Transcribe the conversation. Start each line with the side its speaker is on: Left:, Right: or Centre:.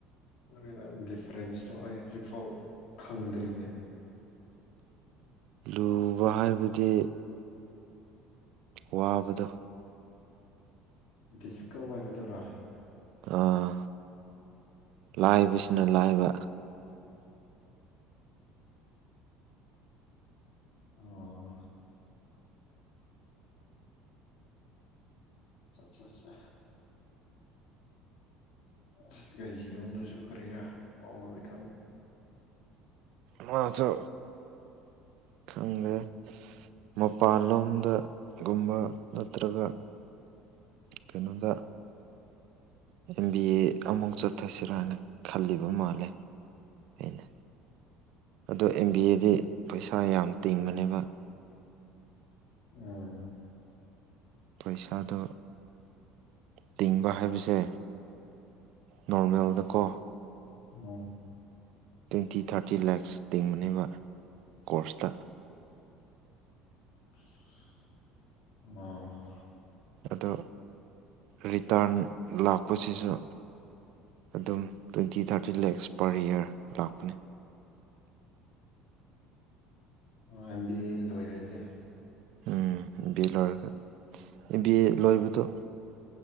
Left: ꯈꯪꯗꯦꯗꯥ ꯗꯤꯐ꯭ꯔꯦꯟꯁꯇꯣ ꯑꯩ ꯍꯧꯖꯤꯛꯐꯥꯎ ꯈꯪꯗ꯭ꯔꯤꯅꯦ
Right: ꯂꯨꯕ ꯍꯥꯏꯕꯗꯤ ꯋꯥꯕꯗꯣ
Left: ꯗꯤꯐꯤꯀ꯭ꯜ ꯑꯣꯢꯕꯗꯨꯔꯥ
Right: ꯑꯥ ꯂꯥꯏꯕꯁꯤꯅ
Left: ꯎꯝ
Right: ꯂꯥꯏꯕ
Left: ꯑꯣꯑꯣ ꯆꯥꯆꯥꯆꯥ UNINTELLIGIBLE
Right: ꯃꯥꯖꯨ ꯈꯪꯗꯦ ꯃꯄꯥꯟꯂꯣꯝꯗ ꯒꯨꯝꯕ ꯅꯠꯇ꯭ꯔꯒ ꯀꯩꯅꯣꯗ ꯑꯦꯝ ꯕꯤ ꯑꯦ ꯑꯃꯨꯛ ꯆꯠꯊꯁꯤꯔꯅ ꯈꯜꯂꯤꯕ ꯃꯥꯜꯂꯦ ꯑꯩꯅ ꯑꯗꯣ ꯑꯦꯝ ꯕꯤ ꯑꯦꯗꯤ ꯄꯩꯁꯥ ꯌꯥꯝ ꯇꯤꯡꯕꯅꯦꯕ
Left: ꯑꯪꯑ
Right: ꯄꯩꯁꯥꯗꯣ ꯇꯤꯡꯕ ꯍꯥꯏꯕꯁꯦ ꯅꯣꯔꯃꯦꯜꯗꯀꯣ
Left: ꯎꯝ
Right: ꯇ꯭ꯋꯦꯟꯇꯤ ꯊꯥꯔꯇꯤ ꯂꯥꯛꯁ ꯇꯤꯡꯕꯅꯦꯕ ꯀꯣꯔꯁꯇ
Left: INAUDIBLE
Right: ꯑꯗꯨ ꯔꯤꯇꯥꯔꯟ ꯂꯥꯛꯄꯁꯤꯁꯨ ꯑꯗꯨꯝ twenty thirty lakhs per year ꯂꯥꯛꯄꯅꯤ
Left: ꯃꯥꯑꯦꯝ ꯕꯤ ꯑꯦ ꯂꯣꯏꯔꯗꯤ
Right: ꯎꯪ ꯑꯦꯝ ꯕꯤ ꯑꯦ ꯂꯣꯏꯔꯒ ꯑꯦꯝꯕꯤ ꯑꯦ ꯂꯣꯏꯕꯗꯨ